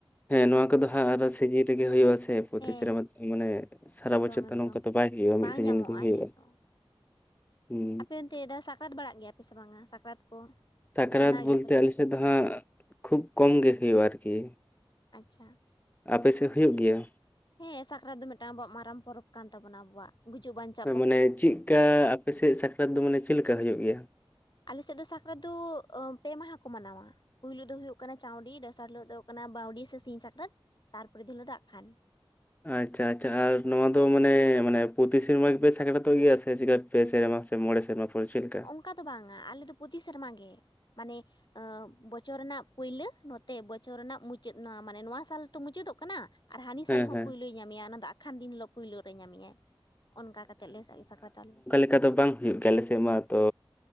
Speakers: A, on the left; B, on the left.
A: ᱦᱮᱸ ᱱᱚᱣᱟ ᱠᱚᱫᱚ ᱦᱟᱸᱜ ᱟᱨᱚ ᱥᱤᱡᱤᱱ ᱨᱮᱜᱮ ᱦᱩᱭᱩᱜ ᱟ ᱥᱮ ᱯᱨᱚᱛᱤ
B: ᱦᱮᱸ
A: ᱥᱮᱨᱢᱟ ᱢᱟᱱᱮ ᱥᱟᱨᱟ
B: ᱮᱠᱫᱚᱢ
A: ᱵᱚᱪᱷᱚᱨ
B: ᱮᱠᱫᱚᱢ
A: ᱛᱚ ᱱᱚᱝᱠᱟ ᱛᱚ ᱵᱟᱭ ᱦᱩᱭᱩᱜᱼᱟ
B: ᱵᱟᱝ
A: ᱢᱤᱫ ᱥᱤᱡᱤᱱ
B: ᱧᱟᱢᱚᱜᱼᱟ
A: ᱜᱮ ᱦᱩᱭᱩᱜᱼᱟ᱾
B: ᱦᱮᱸᱛᱚ
A: ᱦᱩᱸ
B: ᱟᱯᱮ ᱚᱱᱛᱮ ᱫᱟ ᱥᱟᱠᱨᱟᱛ ᱵᱟᱲᱟᱜ ᱜᱮᱭᱟ ᱯᱮ ᱥᱮ ᱵᱟᱝ-ᱟ ᱥᱟᱠᱨᱟᱛ ᱠᱚ?
A: ᱥᱟᱠᱨᱟᱛ
B: ᱢᱟᱱᱟᱣ ᱜᱮᱭᱟᱯᱮ
A: ᱵᱚᱞᱛᱮ
B: ᱥᱮ ᱵᱟᱝ
A: ᱟᱞᱮ ᱥᱮᱫ ᱫᱚ ᱦᱟᱸᱜ ᱠᱷᱩᱵ ᱠᱚᱢ ᱜᱮ ᱦᱩᱭᱩᱜᱼᱟ ᱟᱨᱠᱤ᱾
B: ᱟᱪᱪᱷᱟ᱾
A: ᱟᱯᱮ ᱥᱮᱫ ᱦᱩᱭᱩᱜ ᱜᱮᱭᱟ?
B: ᱦᱮᱸ ᱥᱟᱠᱨᱟᱛ ᱫᱚ ᱢᱤᱫᱴᱟᱝ ᱟᱵᱚᱣᱟᱜ ᱢᱟᱨᱟᱝ ᱯᱚᱨᱚᱵᱽ ᱠᱟᱱ ᱛᱟᱵᱚᱱᱟ ᱟᱵᱚᱣᱟᱜ᱾ ᱜᱩᱡᱩᱜ ᱵᱟᱧᱪᱟᱣ
A: ᱢᱟᱱᱮ ᱪᱮᱫᱠᱟ ᱟᱯᱮ ᱥᱮᱫ ᱥᱟᱠᱨᱟᱛ ᱫᱚ ᱢᱟᱱᱮ ᱪᱮᱫ ᱞᱮᱠᱟ ᱦᱩᱭᱩᱜ ᱜᱮᱭᱟ?
B: ᱟᱞᱮ ᱥᱮᱫ ᱫᱚ ᱥᱟᱠᱨᱟᱛ ᱫᱚ ᱯᱮ ᱢᱟᱦᱟ ᱠᱚ ᱢᱟᱱᱟᱣᱟ᱾ ᱯᱩᱭᱞᱳ ᱫᱚ ᱦᱩᱭᱩᱜ ᱠᱟᱱᱟ ᱪᱟᱹᱣᱰᱤ ᱫᱚᱥᱟᱨ ᱦᱤᱞᱳᱜ ᱫᱚ ᱦᱩᱭᱩᱜ ᱠᱟᱱᱟ ᱵᱟᱹᱣᱰᱤ ᱥᱮ ᱥᱤᱧ ᱥᱟᱠᱨᱟᱛ ᱛᱟᱨᱯᱚᱨᱮ ᱫᱤᱱ ᱦᱤᱞᱳᱜ ᱫᱚ ᱟᱠᱷᱟᱱ᱾
A: ᱟᱪᱪᱷᱟ ᱟᱪᱪᱷᱟ ᱟᱨ ᱱᱚᱣᱟ ᱫᱚ ᱢᱟᱱᱮ ᱢᱟᱱᱮ ᱯᱨᱚᱛᱤ ᱥᱤᱨᱢᱟ ᱜᱮᱯᱮ ᱥᱟᱠᱨᱟᱛᱚᱜ ᱜᱮᱭᱟ ᱥᱮ ᱪᱮᱠᱟ ᱯᱮ ᱥᱮᱨᱢᱟ ᱥᱮ ᱢᱚᱸᱬᱮ ᱥᱮᱨᱢᱟ ᱯᱚᱨᱮ ᱪᱮᱫ ᱞᱮᱠᱟ?
B: ᱚᱱᱠᱟ ᱫᱚ ᱵᱟᱝᱟ ᱟᱞᱮ ᱫᱚ ᱯᱚᱛᱤ ᱥᱮᱨᱢᱟ ᱜᱮ ᱢᱟᱱᱮ ᱮᱸ ᱵᱚᱪᱷᱚᱨ ᱨᱮᱱᱟᱜ ᱯᱩᱭᱞᱟᱹ ᱱᱚᱛᱮ ᱵᱚᱪᱷᱚᱨ ᱨᱮᱱᱟᱜ ᱢᱩᱪᱟᱹᱫ ᱱᱚᱣᱟ ᱢᱟᱱᱮ ᱱᱚᱣᱟ ᱥᱟᱞ ᱛᱚ ᱢᱩᱪᱟᱹᱫᱚᱜ ᱠᱟᱱᱟ᱾ ᱟᱨ ᱦᱟᱹᱱᱤ ᱥᱟᱞ
A: ᱦᱮᱸ
B: ᱦᱚᱸ
A: ᱦᱮᱸ
B: ᱯᱳᱭᱞᱳᱭ ᱧᱟᱢᱮᱭᱟ ᱚᱱᱟ ᱫᱚ ᱟᱠᱷᱟᱱ ᱫᱤᱱ ᱦᱤᱞᱳᱜ ᱯᱳᱭᱞᱳ ᱨᱮ ᱧᱟᱢᱮᱭᱟᱭ᱾ ᱚᱱᱠᱟ ᱠᱟᱛᱮᱫ ᱞᱮ ᱥᱟᱹᱦᱤ ᱥᱟᱠᱨᱟᱛᱚᱜ-ᱟ ᱞᱮ᱾
A: ᱚᱱᱠᱟ ᱫᱚ ᱵᱟᱝ ᱦᱩᱭᱩᱜ ᱜᱮᱭᱟ ᱟᱞᱮ ᱥᱮᱫ ᱢᱟ ᱛᱚ